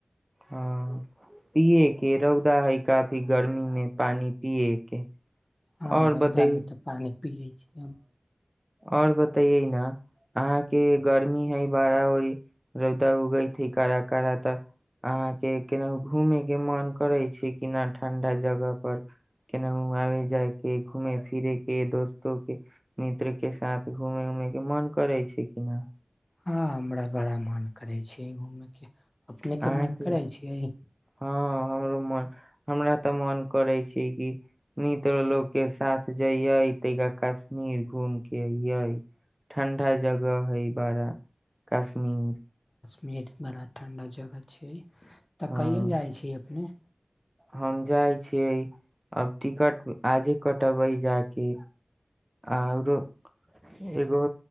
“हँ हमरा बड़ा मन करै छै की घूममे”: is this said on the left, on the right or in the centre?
Left